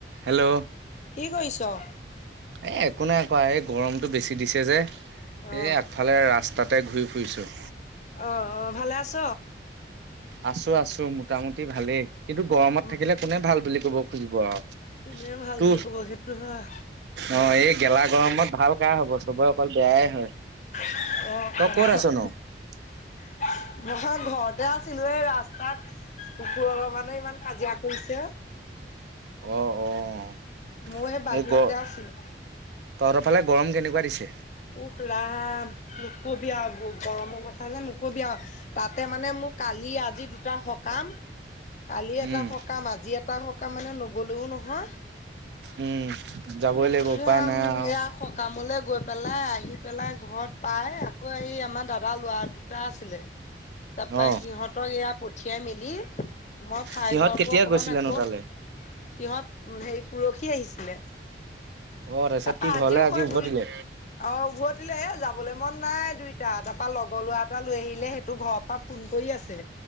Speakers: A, on the right (about 75°); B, on the left (about 40°).
A: Hello
B: কি কৰিছ'?
A: এ একো নাই কৰা, এই গৰমটো বেছি দিছে যে
B: অ'। অ',
A: এই ইফালে ৰাস্তাতে ঘূৰি ফুৰিছোঁ।
B: অ', অ', ভালে আছ?
A: আছো আছো মোটামুটি ভালেই কিন্তু গৰমত
B: উম,
A: থাকিলে কোনে ভাল বুলি ক'ব খুজিব আৰু।
B: কোনে ভাল
A: তো
B: বুলি কব সেইটো হয়।
A: অ', এই গেলা গৰমত ভাল কাৰ হ'ব চবৰে অকল বেয়াই হয়।
B: অ',
A: তই ক'ত
B: অ',
A: আছনো <inaudible>
B: নহয় ঘৰতে আছিলোঁ এই ৰাস্তাত কুকুৰৰ মানে ইমান কাজিয়া কৰিছে আৰু।
A: অ', অ',
B: মই সেই বাহিৰতে
A: এই গ
B: আছিলোঁ।
A: তহঁতৰ ফালে গৰম কেনেকুৱা দিছে?
B: উফ ৰাম নকবি আৰু ব গৰমৰ কথা যে নকবি আৰু। তাতে মানে মোক কালি আজি দুটা সকাম কালি এটা
A: উম
B: সকাম আজি এটা সকাম মানে নগলেও নহয়।
A: উম যাবই
B: উখ
A: লাগিব উপায়
B: ৰাম
A: নাই আৰু
B: এয়া সকামলে গৈ পেলাই আহি পেলাই ঘৰত পাই আকৌ আহি আমাৰ দাদাৰ লৰা দুটা আছিলে তাৰপা
A: অ
B: সিহঁতক এয়া পঠিয়াই মেলি মই ঠাই
A: সিহঁত
B: ঘৰ
A: কেতিয়া
B: বোৰ অকমান
A: গৈছিলেনো
B: আকৌ
A: তালে
B: সিহঁত হেৰি পৰহি আহিছিলে,
A: অ তাৰপিছত
B: তাৰপা
A: কি ঘৰলে
B: আজিও
A: আজি
B: হৈ
A: উভতিলে
B: দুই অ', উভতিলে যাবলৈ মন নাই দুইটা, তাৰপা লগৰ লৰা এটা লৈ আহিলে সেইটো ঘৰ পৰা ফোন কৰি আছে।